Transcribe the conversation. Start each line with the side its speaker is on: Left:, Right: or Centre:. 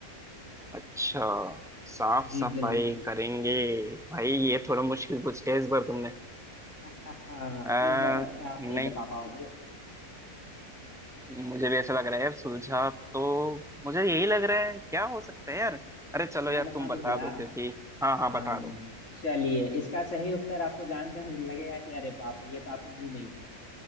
Centre: अच्छा साफ
Left: जी
Centre: सफाई
Left: बिल्कुल
Centre: करेंगे भाई ये थोड़ा मुश्किल पूछ के इस बार तुमने
Left: <laughs>
Centre: आ,
Left: इस बार लगता है आप
Centre: नहीं
Left: नहीं बता पाओगे
Centre: मुझे भी ऐसा लग रहा है यार सुलझा तो मुझे यही लग रहा है क्या हो सकता है यार अरे चलो
Left: मैं
Centre: यार
Left: बता
Centre: तुम
Left: दूं
Centre: बता
Left: भैया
Centre: दो क्योंकि हाँ हाँ
Left: हाँ
Centre: बता दो
Left: चलिए इसका सही उत्तर आपको जानकर लगेगा कि अरे बाप रे ये तो आपके मुंह में ही था